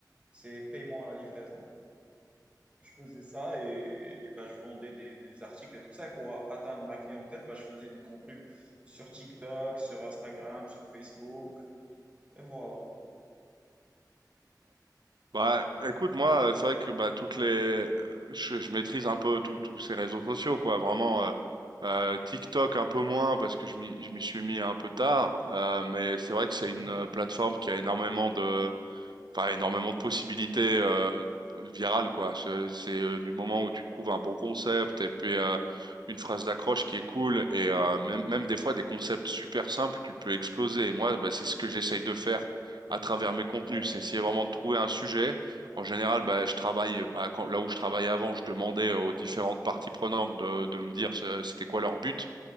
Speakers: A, on the right; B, on the right.
A: c'est paiement à la livraison. Je faisais ça et, et ben, je vendais des, des articles et tout ça. Et pour atteindre ma clientèle, ben, je faisais du contenu sur TikTok, sur Instagram, sur Facebook. Et voilà.
B: Bah, écoute, moi, euh, c'est vrai que bah, toutes les, euh, je, je maîtrise un peu tous tous ces réseaux sociaux, quoi. Vraiment, euh, euh, TikTok un peu moins parce que je m'y je m'y suis mis un peu tard, euh, mais c'est vrai que c'est
A: Mhm.
B: une euh, plateforme qui a énormément de, enfin énormément de possibilités euh, virales quoi. C'est c'est, euh, du moment où tu trouves un bon concept et puis euh, une phrase d'accroche qui est cool et euh, même même des fois des concepts super simples, tu peux exploser. Et moi, bah, c'est ce que j'essaye de faire à travers mes contenus,
A: Ouais.
B: c'est essayer vraiment de trouver un sujet. En général, bah, je travaille bah, quand- là où je travaillais avant, je demandais aux différentes parties prenantes de, de me dire ce- c'était quoi leur but.